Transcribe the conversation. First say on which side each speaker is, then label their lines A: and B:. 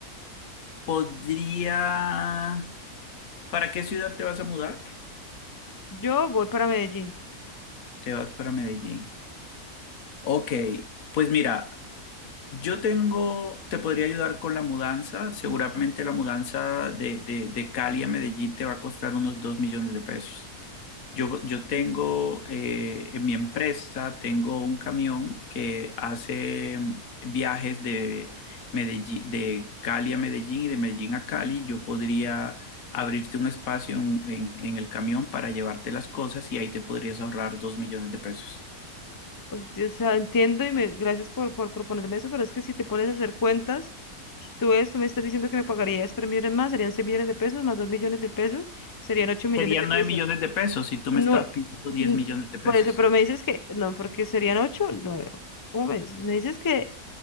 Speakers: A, on the left (about 65°); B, on the left (about 35°).
A: podría... ¿Para qué ciudad te vas a mudar?
B: Yo voy para Medellín.
A: Te vas para Medellín. Ok, pues mira, yo tengo, te podría ayudar con la mudanza. Seguramente la mudanza de, de, de Cali a Medellín te va a costar unos 2 millones de pesos. Yo, yo tengo eh, en mi empresa, tengo un camión que hace mm, viajes de Medellín, de Cali a Medellín y de Medellín a Cali. Yo podría abrirte un espacio en, en- en el camión para llevarte las cosas y ahí te podrías ahorrar dos millones de pesos.
B: O sea, entiendo y me, gracias por, por proponerme eso, pero es que si te pones a hacer cuentas, si tú ves, tú me estás diciendo que me pagarías 3 millones más, serían 6 millones de pesos, más 2 millones de pesos, serían 8 millones
A: Serían
B: de pesos.
A: nueve millones de pesos si tú
B: No,
A: me estabas pidiendo 10
B: mm,
A: millones de pesos.
B: por eso, pero me dices que, no, porque serían 8 9 ¿Cómo me dices? Me dices que,